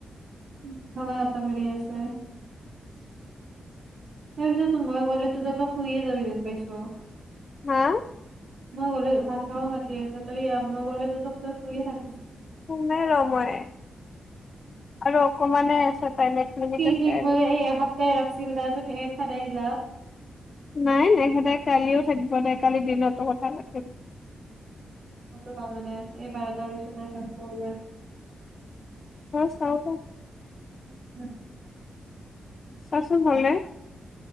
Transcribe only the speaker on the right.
<unintelligible> আটাহ পাৰি আছে ।তাৰ পিছতটো মই গলেটো তইটো শুইে যাবি যেন পাইছো।
মই গ'লে ভাত খাব মাতি আছে তই ইয়া মই গ'লে টো <unintelligible> শুয়ে থাক
কি
ঠিক
বলে এই এক সপ তাই ৰাখছিল তাৰপিচত এ খেদাই দিলাক।
এইবাৰটাৰ পিছত ফৰ এ।
উম।